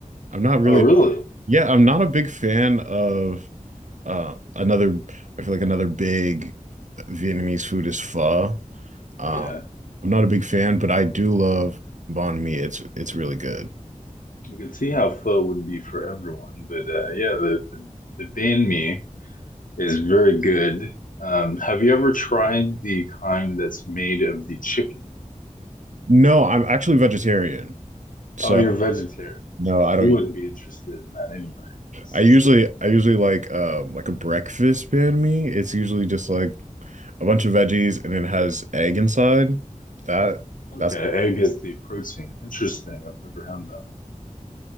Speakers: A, on the right; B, on the left.
A: I'm not really,
B: Oh, really?
A: yeah, I'm not a big fan of uh another, I feel like another big Vietnamese food is pho. Uh,
B: Yeah.
A: I'm not a big fan, but I do love banh mi. It's it's really good.
B: I can see how pho wouldn't be for everyone, but uh, yeah, the, the the banh mi is very good. Um, have you ever tried the kind that's made of the chicken?
A: No, I'm actually vegetarian. So
B: Oh, you're vegetarian,
A: no,
B: so
A: I don't
B: you wouldn't be interested in that anyway. I see.
A: I usually I usually like um like a breakfast banh mi. It's usually just like a bunch of veggies and it has egg inside. That
B: Okay,
A: that's
B: egg is the protein. Interesting. I've never had that one.